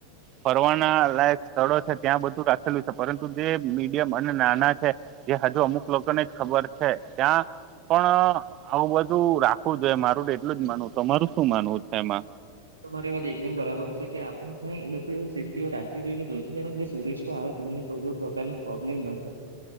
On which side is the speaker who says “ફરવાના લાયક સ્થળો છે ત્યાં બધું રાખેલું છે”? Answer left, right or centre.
Right